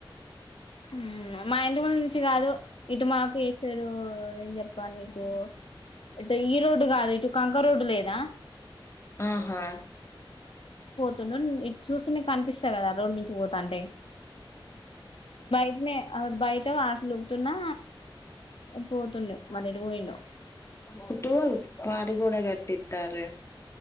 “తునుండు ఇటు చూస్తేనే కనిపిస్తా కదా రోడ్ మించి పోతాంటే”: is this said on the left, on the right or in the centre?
Left